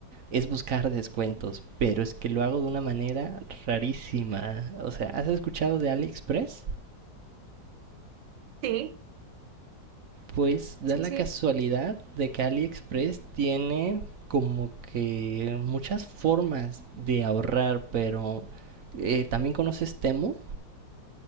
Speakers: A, on the right; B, on the right.
A: es buscar descuentos, pero es que lo hago de una manera rarísima. O sea, ¿has escuchado de AliExpress?
B: sí,
A: Pues da
B: sí,
A: la
B: sí.
A: casualidad de que AliExpress tiene como que muchas formas de ahorrar, pero eh, también conoces Temu